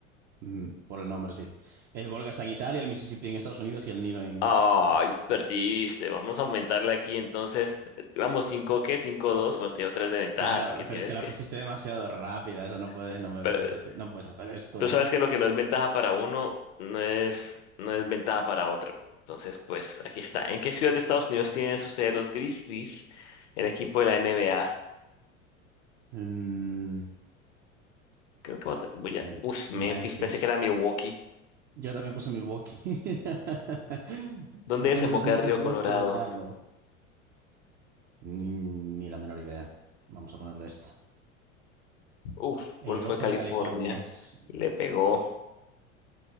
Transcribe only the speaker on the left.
Ay, perdiste. Vamos a aumentarla aquí. Entonces, eh, vamos, 5 ¿qué? cinco dos Bueno, tengo 3 de ventaja,
así que tienes
que.
<laughs>
Pero,
tú
sabes que lo que no es ventaja para uno, no es, no es ventaja para otro. Entonces, pues aquí está. ¿En qué ciudad de Estados Unidos tienen su sede los Grizzlies, el equipo de la NBA?
Creo que voy a. te- voy a-
Uf,
Memphis, pensé que era Milwaukee.
¿Dónde
desemboca
el río
Colorado?
Uf,
Golfo
de California.
Le pegó.